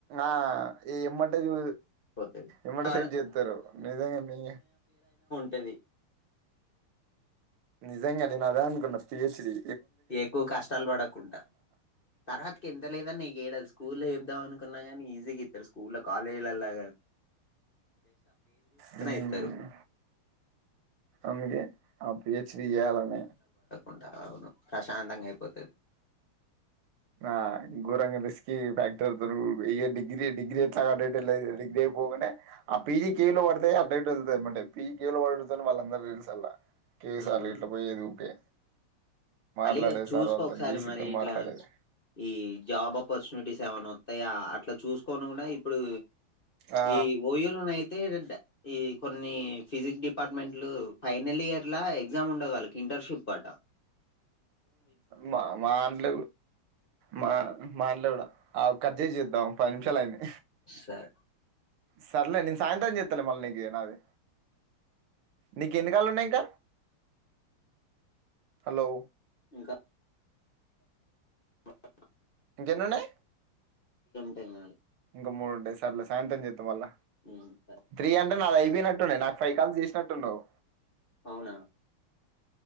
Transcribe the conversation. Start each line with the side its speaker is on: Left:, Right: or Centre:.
Right: ఆ ఇమ్మటే చూ
Left: పోతది
Right: ఇమ్మటే
Left: ఆ
Right: సెట్ చేస్తారు నిజంగా మీ
Left: పద్ది
Right: నిజంగా నేను అదే అనుకున్నా పిహెచ్ డి
Left: ఎక్కువ కష్టాలు పడకుంట తర్వాతకి ఎంత లేదనా నీకు ఏదన్న స్కూల్ లో వేదం అనుకున్నా కానీ ఈజీ గా ఇత్తరు స్కూల్ కాలేజ్ లలా
Right: మ్మ్
Left: ఇత్తరు
Right: అందుకే అ పి హెచ్ డి చేయాలి అనే
Left: ఉంట అవును ప్రశాంతంగా అయిపోతది
Right: ఆ గోరంగ బిస్ ఫ్యాక్టర్ ఇ డిగ్రీ డిగ్రీ ఎట్లాడేదు డిగ్రీ పోగంటే అ పిజీ కలో పడుతుయి అడ మంటే పీకలో వాడుతని వాళ్ళ అందరు తెలుస అలా కేఎస్ఆర్
Left: ఉమ్
Right: ఇట్లో పోయి ఉకి మాట్లాడేది
Left: మళ్ళీ ఇగ చూసుకో
Right: సార్ వాళ్ళతోని
Left: ఒకసారి
Right: బీసీతోని
Left: మరి ఇట్లా
Right: మాట్లాడేది
Left: ఈ జాబ్ ఆపర్చునిటీస్ ఏమైనా వస్తాయా అట్లా చూసుకోని కూడా ఇప్పుడు
Right: ఆ
Left: ఈ యోలోన అయితే ఏంట ఈ కొన్ని ఫిజిక్స్ డిపార్ట్మెంట్లు ఫైనల్ ఇయర్ ఎగ్జామ్ ఉండగాలకి ఇంటర్న్షిప్ ఆట
Right: మా మానల మా మానలవిడ ఆ కట్ చేసి చేద్దాం ఒక పది నిమిషాల అయింది
Left: సరే
Right: సర్లే నేను సాయంత్రం చెస్తాలే మళ్ళీ నీకు నాది నీకు ఎన్నికళ్లు ఉన్నాయి ఇంక హలో
Left: ఇంకా బ
Right: ఇంకేనున్నై
Left: తెది
Right: ఇం మూడుండే సర్లే సాయంత్రం చేద్దం వల్ల
Left: ఉమ్, సరే
Right: త్రీ అంటే నాది అయిపోయినట్టుండ నాకు ఫైవ్ కాల్స్ చేసినట్టున్నావు
Left: అవునా